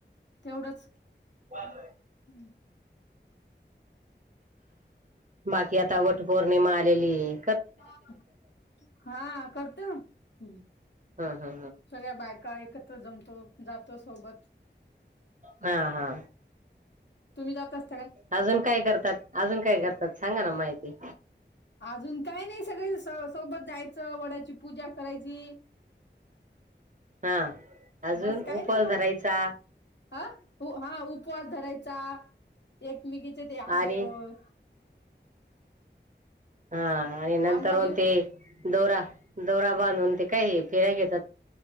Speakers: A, on the left (about 65°); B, on the right (about 45°).
A: तेवढंच
B: ह
A: हम्
B: बाकी आता वट पौर्णिमा आलेली आहे
A: हा करतो हा करतेना
B: हा हा
A: सगळ्या बायका एकत्र जमतो जातो सोबत.
B: हा हा
A: तुम्ही जातत
B: अजून काय करतात अजून काय करतात सांगा ना माहिती
A: अजून काय नाही सगळे सोबत जायचं वडाची पूजा करायची
B: हा अजून
A: बस काय
B: उफल
A: नाही मग
B: धरायचा
A: हा हा उपवास धरायचा एकमेकीचे ते आंबेवर.
B: आणि हा आणि नंतर
A: आंबा
B: होन
A: देऊन
B: ते दोरा दोरा बांध होनते काही फिराय घेत